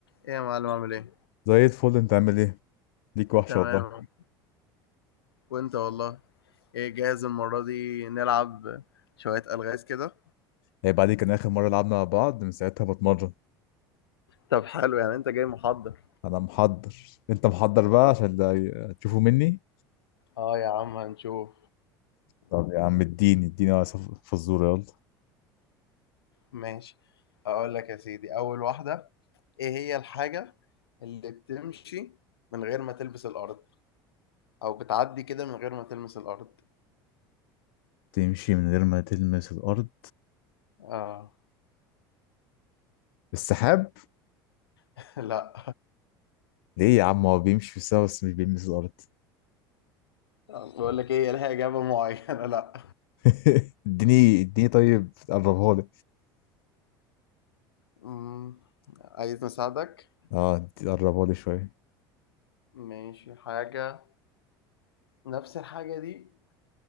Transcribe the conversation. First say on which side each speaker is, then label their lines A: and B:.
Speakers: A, on the left; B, on the left.
A: ايه يا معلم عامل ايه؟
B: زي الفل انت عامل ايه ليك وحشه
A: تمام
B: والله
A: وانت والله ايه جاهز المرة دي نلعب شوية ألغاز كده؟
B: هي بعد كان اخر مره لعبنا مع بعض من ساعتها بتمرن
A: طب حلو يعني انت جاي محضر
B: انا محضر انت محضر بقى
A: صح.
B: عشان لا- تشوفوا مني
A: اه يا عم هنشوف
B: طب يا عم اديني اديني صف- فزوره يلا
A: ماشي اقول لك يا سيدي اول واحدة ايه هي الحاجة اللي بتمشي من غير ما تلبس الارض او بتعدي كده من غير ما تلمس الارض
B: تمشي من غير ما تلمس الارض
A: اه
B: السحاب
A: <laughs> لا
B: ليه يا عم هو بيمشي في السما بس مش بيلمس الارض
A: بقول لك ايه لها اجابة معينة لا
B: <laughs> اديني اديني طيب قربها لي
A: امم عايز نساعدك
B: اه ادي- قربها لي شويه
A: ماشي حاجة نفس الحاجة دي